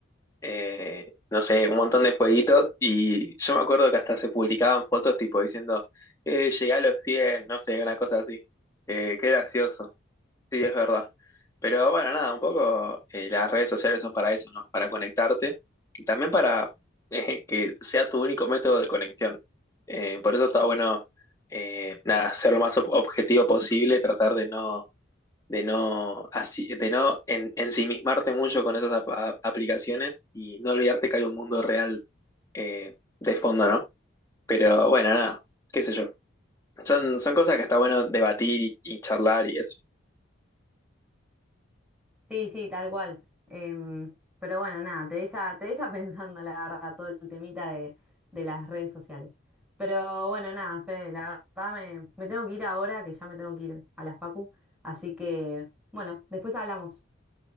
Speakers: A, on the left; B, in the centre.
A: eh, no sé, un montón de jueguitos. Y yo me acuerdo que hasta se publicaban fotos tipo diciendo, eh, llegué a los 100 no sé, una cosa así. Eh, qué gracioso. Sí, es verdad. Pero bueno, nada, un poco eh, las redes sociales son para eso, ¿no? Para conectarte y también para eh, <laughs> que sea tu único método de conexión. Eh, por eso está bueno, eh, nada, ser lo más ob- objetivo posible, tratar de no, de no, así, de no en- ensimismarte mucho con esas ap- a- aplicaciones y no olvidarte que hay un mundo real eh, de fondo, ¿no? Pero bueno, nada, qué sé yo. Son, son cosas que está bueno debatir y y charlar y eso.
B: Sí, sí, tal cual. Em, pero bueno, nada, te deja, te deja <laughs> pensando, la verdad, todo el temita de, de las redes sociales. Pero bueno, nada, Fede, la verdad me, me tengo que ir ahora, que ya me tengo que ir a las Facu. Así que, bueno, después hablamos.